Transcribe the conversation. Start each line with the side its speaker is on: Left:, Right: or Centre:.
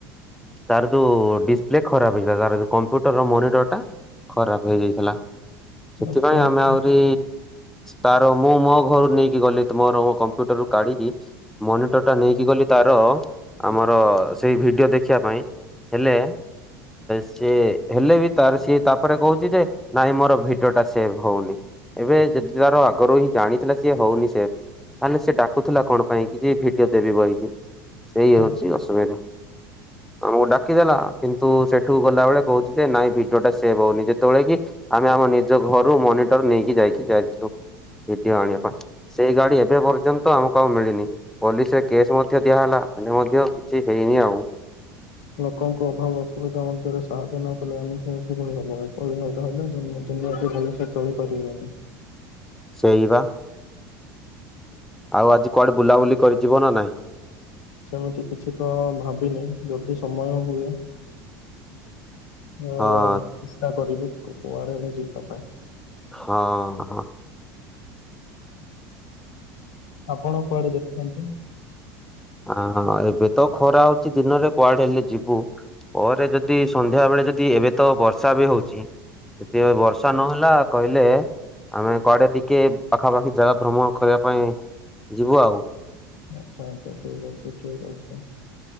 Centre: ତାର ଯୋଉ ଡିସପ୍ଲେ ଖରାପ ହେଇଥିଲା ତାର ଯୋଉ କମ୍ପ୍ୟୁଟର ର ମନିଟର ଟା ଖରାପ ହେଇଯାଇଥିଲା ସେଥିପାଇଁ
Left: ଆଚ୍ଛା ଆଚ୍ଛା
Centre: ଆମେ ଆହୁରି ତାର ମୁଁ ମୋ ଘରୁ ନେଇକି ଗଲି ମୋର କମ୍ପ୍ୟୁଟର ରୁ କାଢିକି ମନିଟର ଟା ନେଇକି ଗଲି ତାର ଆମର ସେଇ ଭିଡିଓ ଦେଖ୍ ଖିବା ପାଇଁ ହେଲେ ସେ ହେଲେ ବି ତାର ସିଏ ତାପରେ କହୁଛି ଯେ ନାଇଁ ମୋର ଭିଡିଓ ଟା ସେଭ୍ ହଉନି। ଏବେ ଯଦି ତାର ଆଗରୁ ହିଁ ଜାଣିଥିଲା ସିଏ ହଉନି ସେବ୍ ତାହେଲେ ସେ ଡାକୁଥିଲା କଣ ପାଇଁ କି ଯ ଭିଡିଓ ଦେବି ବହିକି ସେଇ ହଉଛି
Left: ଆଚ୍ଛା
Centre: ଅସୁବିଧା। ଆମକୁ ଡାକିଦେଲା କିନ୍ତୁ ସେଠୁ ଗଲା ବଳେ କହୁଛି ଯେ ନାଇଁ ଭିଡିଓ ଟା ସେଭ ହଉନି ଯେତେବେଳେ କି ଆମେ ଆମ ନିଜ ଘରୁ ମନିଟର ନେଇକି ଯାଇକି ଯାଇଥିଲୁ। ଭିଡିଓ ଆଣିବା ପାଇଁ ସେଇ ଗାଡି ଏବେ ପର୍ଯ୍ୟନ୍ତ, ଆମକୁ ଆଉ ମିଳିନି ପୋଲିସରେ କେସ୍ ଦିଆହଲା ଏ ମଧ୍ୟ କିଛି ହେଇନି ଆଉ।
Left: ଲୋକଙ୍କ ଅଭାବ ଅସୁବିଧା ମଧ୍ୟରେ ସାହାଯ୍ୟ ନ, କଲେ ଏମିତି ହେ କିଭଳି ହବ ହବହଲେ ଦୁନୀତି ହାତି ଭଲସ ଚଳିପାରିବନି <unintelligible>
Centre: ସେଇବା ଆଉ ଆଜି କୁଆଡେ ବୁଲାବୁଲି କରିଯିବ ନା ନାଇଁ
Left: ସେମିତି କିଛି ତ ଭାବିନି ଯଦି ସମୟ ହୁଏ। ଅ ଚେଷ୍ଟା
Centre: ହଁ
Left: କରିବି କୁଆଡେଲେ ଯିବା ପାଇଁ।
Centre: ହଁ ହଁ।
Left: ଆପଣ କୁଆଡେ ଯାଉଛନ୍ତି।
Centre: ହ ଏବେ ତ ଖରା ହଉଛି ଦିନରେ କୁଆଡେ ହେଲେ ଯିବୁ ପରେ ଯଦି ସନ୍ଧ୍ୟା ବେଳେ, ଯଦିଏବେ ତ ବର୍ଷା ବି ହଉଛି ଯଦି ବର୍ଷା ନହେଲା କହିଲେ ଆମେ କୁଆଡେ ଟିକେ ପାଖାପାଖି ଜାଗା ଭ୍ରମଣ କରିବା ପାଇଁ ଯିବୁ ଆଉ।
Left: ଆଛା ଆଛା ଠିକ ଅଛି ଠିକ ଅଛି।